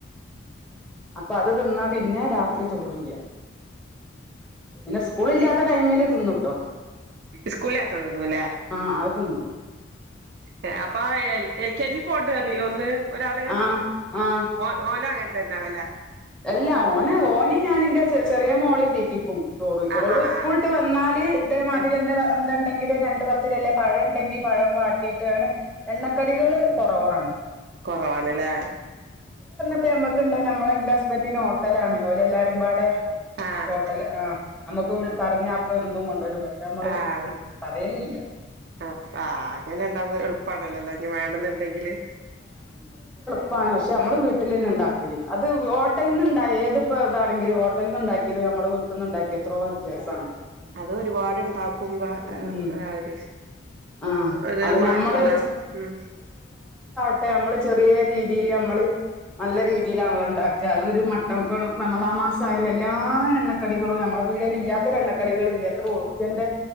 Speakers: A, in the centre; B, on the right.
A: അപ്പൊ അത് തിന്നാ പിന്നെ രാത്രി ചോറില്ല പിന്നെ സ്കൂളില്ലാത്ത ടൈമില് തിന്നുട്ടോ
B: സ്കൂളാത്താ തോന്നുല്ലേ
A: ആഹ് അത് തിന്നും
B: ഏ അപ്പൊ എ എൽ കെ ജി പോട്ട് പറഞ്ഞില്ലോ ഒന്ന് ഒരാള്
A: ആഹ് ആഹ്
B: ഓ ഓനാ കേട്ട തന്നാവില്ല
A: അല്ല ഓന ഓന ഞാൻ എന്റെ ചെറിയ മോളെയും തീ- സ്കൂളു
B: ആഹ് ആഹ്
A: വിട്ട് വന്നാല് ഇതേ മാതിരി
B: ആഹ്
A: എന്താണ്ടെങ്ക- രണ്ടു പത്തിനല്ലേ പഴം ഉണ്ടെങ്കിൽ പഴം വാട്ടിട്ട്- അങ്ങനെ എണ്ണക്കടികള് കുറവാണ്
B: കൊറവാണ് ലേ
A: ഇപ്പ ഞമ്മക്ക്ണ്ടോ നമ്മളെ ഇൻ്റസ് ബൻ്റ്ന് ഹോട്ടലാണ് ഓലെല്ലാരും പാടെ
B: ആഹ്
A: ഹോട്ടൽ ആഹ് നമുക്ക് വിൾ പറഞ്ഞാ അപ്പൊ എന്തും കൊണ്ടുവരും പ ക്ഷെ നമ്മള്
B: ആഹ്
A: വിൾച് പറയലില്ല്യ
B: അപ് ആ അങ്ങനെ ഇണ്ടാവ്മ്പൊ എള്പ്പാണല്ലോ ലേ ഇഞ്ഞ് വേണെന്ന്ണ്ടെങ്കില്
A: പ്പാണ് പക്ഷെ നമ്മള് വീട്ടിലന്നെ ഉണ്ടാക്കല് അത് ഹോ ട്ടൽന്ന്ണ്ടാ ഏത്പ്പോ ഇതാണെങ്കിലും ഹോട്ടൽന്ന്ണ്ടാക്ക്യേത് നമ്മള് വീട്ട്ന്ന് ണ്ടാക്ക്യത്രോ വ്യത്യാസാണ്.
B: അത് ഒരുപാട്ണ്ടാക്കുമ്പോ ഏഹ്
A: ഉം
B: ആ ഒരു
A: ആഹ്
B: ഒരു
A: അത്
B: മാറ്റുണ്ടാവും.
A: നമ്മള്
B: ഉം
A: ഇപ്പ ഞമ്മള് ചെറ്യേര് രീതീല് നമ്മള് നല്ല രീതിയിലാണല്ലോ ഇണ്ടാ ക്കാ ഒരു മട്ടംപ റമളാൻ മാസായാലും എല്ലാ എണ്ണക്കടികളും നമ്മളെ പീട്യേല് ഇല്ല്യാത്തര് എണ്ണക്കടികള് ഇല്ല്യ എത്ര ഉറുപ്പ്യന്റെ